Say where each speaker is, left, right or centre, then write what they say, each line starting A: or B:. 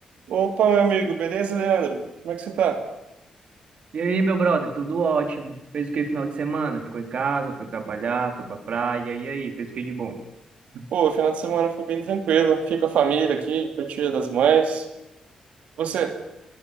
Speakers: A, on the right; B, on the right.
A: Opa, meu amigo, beleza, Leandro? Como é que você tá?
B: E aí, meu brother, tudo ótimo? Fez o que final de semana? Ficou em casa, foi trabalhar, foi pra praia, e aí, fez o que de bom?
A: Pô, o final de semana foi bem tranquilo. Fiquei com a família aqui, com Dia das Mães. Você?